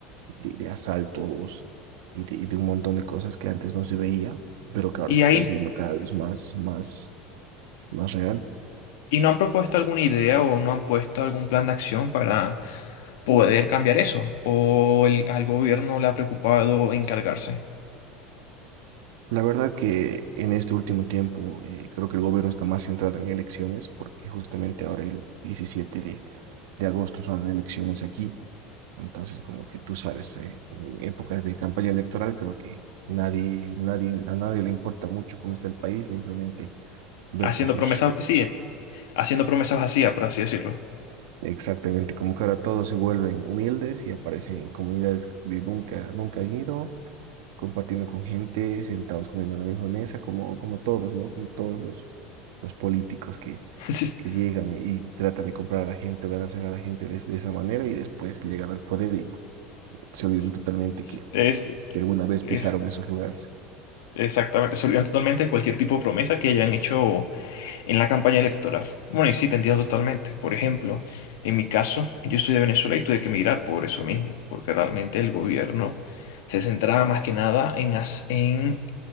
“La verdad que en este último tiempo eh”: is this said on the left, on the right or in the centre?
Right